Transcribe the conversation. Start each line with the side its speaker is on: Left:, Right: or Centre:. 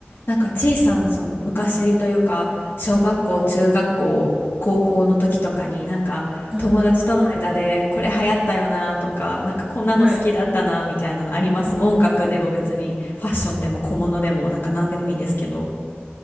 Left: なんかちいさんその昔というか小学校中学校高校の時とかになんか友達との間でこれ流行ったよなとかなんかこんなの好きだったなみたいなのあります音楽でも別にファッションでも小物でもなんか何でもいいんですけど
Right: うんはい。はい。